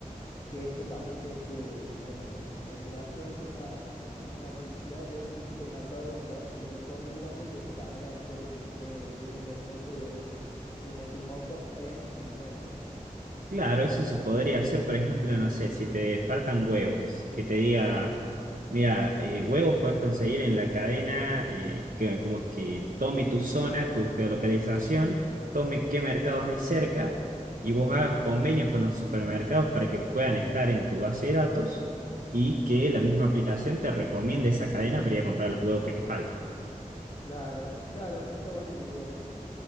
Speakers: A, on the left (about 35°); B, on the right (about 75°).
A: que eso también te, te, por ejemplo, la aplicación tenga mm, una publicidad de un supermercado, una cadena de supermercado muy grande, que esa cadena después te, te dé un descuento de un X monto en alimentos.
B: Claro, eso se podría hacer, por ejemplo, no sé, si te faltan huevos, que te diga, mira, eh, huevos puedes conseguir en la cadena eh, que como que tome tu zona, tu geolocalización, tome qué mercados hay cerca y vos hagas convenios con los supermercados para que puedan estar en tu base de datos y que la misma aplicación te recomiende esa cadena para ir a comprar los huevos que te faltan.
A: Claro, claro, está buena la idea.